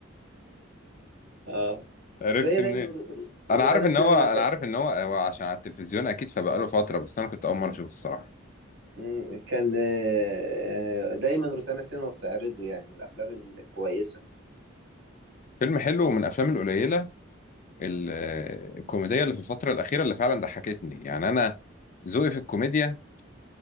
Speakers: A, on the right; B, on the left.
A: اه
B: عرفت
A: بس هي
B: منين
A: دايما رو- رو- روتانا
B: انا عارف ان
A: سينما
B: هو انا
A: كان
B: عارف ان هو هو عشان على التلفزيون اكيد فبقاله فترة بس انا كنت اول مرة اشوفه الصراحة
A: مم، كان آه، آه، دايما روتانا سينما بتعرضه يعني من الافلام الكويسه
B: فيلم حلو ومن الافلام القليلة ال- الكوميدية اللي في الفترة الأخيرة اللي فعلا ضحكتني يعني انا ذوقي في الكوميديا